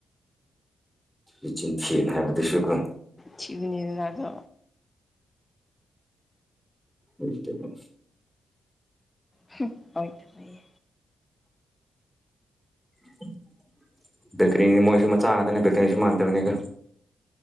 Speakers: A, in the centre; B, on the left (about 25°).
A: ꯃꯆꯤꯟ ꯊꯤꯌꯦꯅ ꯍꯥꯏꯕ ꯑꯗꯨꯁꯨ ꯀꯣ
B: ꯊꯤꯒꯅꯤꯗꯅꯥ ꯑꯗꯣ
A: ꯑꯣꯢꯇꯕ
B: ꯍꯝ ꯑꯣꯢꯗꯕ ꯍꯥꯢꯌꯦ
A: <inaudible> ꯕꯦꯀꯔꯤꯅꯦ ꯃꯣꯏꯁꯨ ꯃꯆꯥ ꯉꯥꯛꯇꯅꯦ ꯕꯦꯀꯔꯤꯁꯨ ꯃꯥꯟꯗꯕꯅꯤꯗ